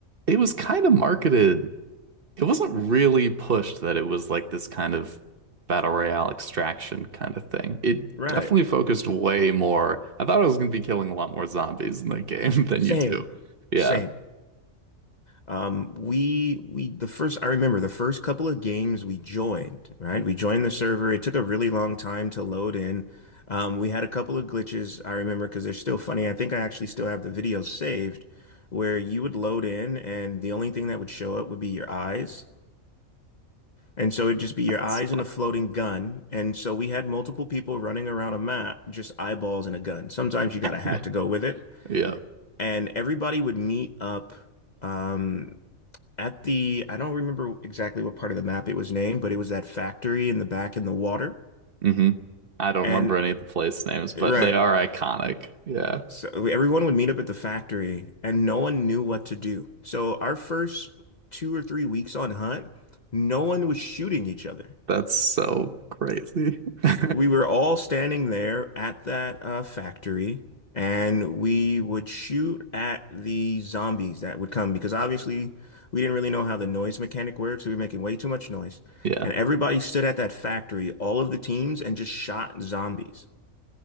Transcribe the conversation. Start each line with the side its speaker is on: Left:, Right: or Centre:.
Right: it was kind of marketed it wasn't really pushed that it was like this kind of battle royale extraction kind of thing. It
Left: Right.
Right: definitely focused way more. I thought I was going to be killing a lot more zombies in the game <laughs> than
Left: Same.
Right: you do. Yeah.
Left: Same. Um we we the first I remember the first couple of games we joined, right? We joined the server. It took a really long time to load in. Um we had a couple of glitches I remember because they're still funny. I think I actually still have the videos saved where you would load in and the only thing that would show up would be your eyes. And so it'd just be your eyes
Right: It's
Left: and
Right: fun.
Left: a floating gun. And so we had multiple people running around a map, just eyeballs and a gun. Sometimes you got a hat
Right: <laughs>
Left: to go with it.
Right: Yeah.
Left: And everybody would meet up um, at the, I don't remember exactly what part of the map it was named, but it was that factory in the back in the water.
Right: hmm I don't
Left: And
Right: remember any of the place names, but
Left: right.
Right: they are iconic. Yeah.
Left: So everyone would meet up at the factory and no one knew what to do. So our first two or three weeks on Hunt, no one was shooting each other.
Right: That's so crazy. <laughs>
Left: We were all standing there at that uh, factory, and we would shoot at the zombies that would come because obviously we didn't really know how the noise mechanic works. We were making way too much noise.
Right: Yeah.
Left: And everybody stood at that factory, all of the teams, and just shot zombies.